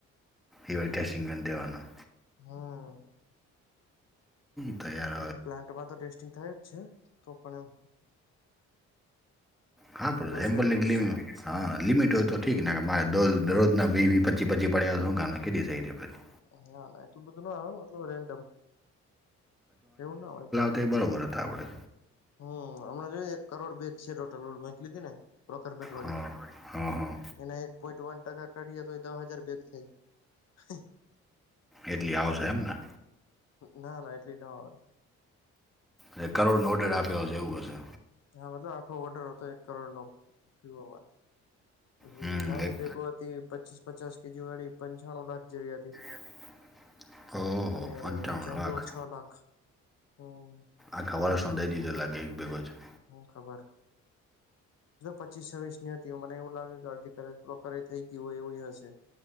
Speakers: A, in the centre; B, on the left (about 55°).
A: ઇવાઈ ટેસ્ટિંગને દેવાનું
B: હા
A: તૈયાર
B: તો તો પ્લાન્ટમાં તો ટેસ્ટિંગ થાય જ છે તો પણ એમ
A: હા પણ
B: ક્રોસ વેરિફિકેશન
A: <unintelligible>
B: એમ
A: હા લિમિટ હોય તો ઠીક મારે દરરોજના વી વી પચી પચી પડ્યા હું કામ કે દિયસે પછી
B: હા એટલું બધું ના આવે મતલબ રેન્ડમ એવું ના હોય
A: તે બરોબર હતા આપડે
B: હમ હમણા જોય એક કરોડ બેગ છે ટોટલ બેન્ક લીધી ને પ્રોકમેટ વાળી
A: હા હા હા
B: એના એક પોઈન્ટ વન ટકા કાઢીએ તો દહ હાજાર ભેગા થાય
A: એટલી આવશે એમને
B: ના ના એટલી ન આવે
A: ને કરોડનો ઓર્ડર આપ્યો હશે એવું હશે
B: હા મતલબ આખો ઓર્ડર હતો એક કરોડનો <inaudible> હ
A: હમ
B: નાની
A: એક
B: બેેગો હતી પચીસ પચાસ કેજી વાળી પંચાણું લાખ જેવી હતી
A: <inaudible> ઓહો
B: અને
A: પંચાવન
B: જમબુ
A: લાખ
B: છ લાખ હમ
A: આખા વર્ષમાં દઈ દીધો લાગે એક બેગ જ
B: હું ખબર એ તો પચીસ છવ્વીસની હતી મને એવું લાગે કે અડધી કદચ પ્રોકરે થઈ ગય હોય એવું હશે